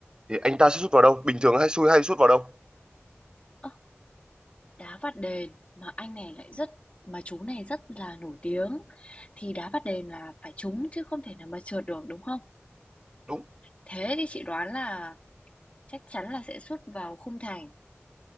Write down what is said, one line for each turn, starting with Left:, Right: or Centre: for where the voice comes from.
Right: thì anh ta sẽ sút vào đâu bình thường hay xui hay sút vào đâu
Left: Ơ, đá phạt đền mà anh này lại rất mà chú này rất là nổi tiếng thì đá phạt đền là phải trúng chứ không thể nào mà trượt được đúng không?
Right: đúng
Left: Thế thì chị đoán là chắc chắn là sẽ sút vào khung thành